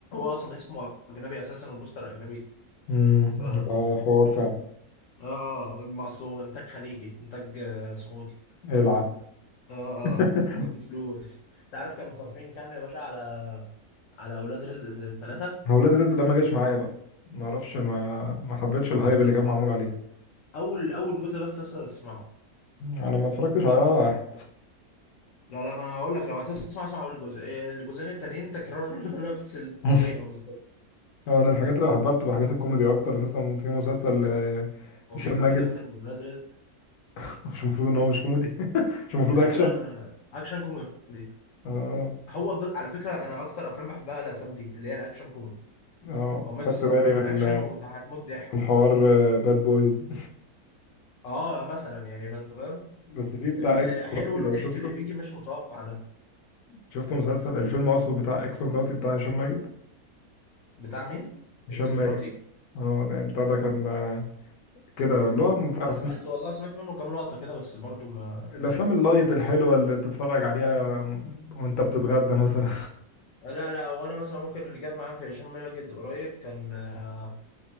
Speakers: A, on the left; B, on the left.
A: اصلا اسمه اجنبي اساسا والبوستر اجنبي
B: امم
A: ف
B: يبقى حوار فعلا
A: اه المقصود انتاج خليجي انتاج آه، سعودي
B: العب
A: اه
B: <laughs>
A: اه في فلوس تعرف كانوا صارفين كام يا باشا على على اولاد رزق ثلاثة
B: هو ولاد رزق ده ما جاش معايا بقى ما اعرفش ما ما حبيتش الهايب اللي كان معمول عليه
A: اول اول جزء بس اصلا اسمعه
B: انا ما اتفرجتش على ولا واحد
A: لا لا ما انا هقول لك لو هتسمع اسمع اول جزء إيه، الجزئين التانيين تكرار <laughs> نفس الطريقه
B: <laughs>
A: بالظبط
B: هو انا الحاجات اللي بحبها بتبقى حاجات الكوميدي اكتر مثلا في مسلسل آه،
A: هو
B: هشام
A: في كوميدي
B: ماجد
A: اكتر من ولاد رزق
B: <laughs> مش المفروض ان هو مش كوميدي <laughs> مش المفروض
A: لا
B: اكشن
A: لا انا اكشن كوميدي
B: اه
A: هو ب... على فكره انا اكتر افلام بحبها الافلام دي اللي هي الاكشن كوميدي
B: اه
A: هو ميكس
B: خدت
A: ما
B: بالي
A: بين الاكشن
B: من
A: وانت هتموت ضحك
B: من حوار باد بويز
A: اه مثلا يعني فانت فاهم
B: <laughs> بس في بتاع
A: ال-
B: اكس
A: حلو
B: مراتي لو
A: الضحك
B: شفته
A: اللي بيجي مش متوقع ده
B: شفته مسلسل الفيلم اقصد بتاع اكس مراتي بتاع هشام ماجد
A: بتاع مين
B: هشام
A: اكس مراتي
B: ماجد اه يعني بتاع ده كان آه، كده اللي هو م-
A: انا
B: أف-
A: سمعت والله سمعت منه كام لقطه كده بس برضو ما
B: الافلام
A: يعني
B: اللايت الحلوه اللي تتفرج عليها وانت
A: مم.
B: بتتغدى مثلا
A: لا لا وانا مثلا ممكن اللي جاب معايا في هشام ماجد قريب كان آه،